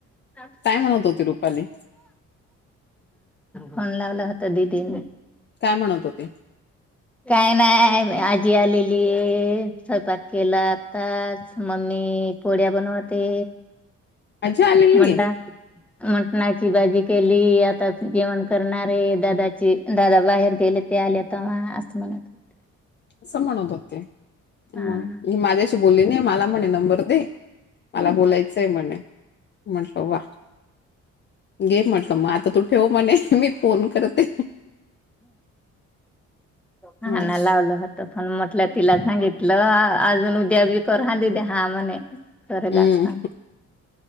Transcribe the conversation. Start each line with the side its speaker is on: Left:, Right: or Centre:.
Centre: हा
Left: काय म्हणत होती रुपाली
Centre: फोन लावला होता दिदीनी
Left: काय म्हणत होती
Centre: काय नाही आजी आलेली आहे स्वयंपाक केला आताच मम्मी पोळ्या बनवते
Left: आज्जी आलेली
Centre: म्हटला
Left: आहे
Centre: मटणाची भाजी केली आता जेवण करणारे दादाची दादा बाहेर गेले ते आलेता असं म्हणत होते.
Left: असं म्हणत होते
Centre: हा
Left: मग मी माझ्याशी बोलली नाही मला म्हणे नंबर दे मला बोलायचंय म्हणे म्हटलं वा घे म्हटलं मग आता तू ठेव म्हणे मी फोन करते.
Centre: हा
Left: मग
Centre: ना लावलोत पण म्हटलं तिला सांगितलं अजून उद्या बी कर हा दिदी हा म्हणे केला
Left: हम्म
Centre: असता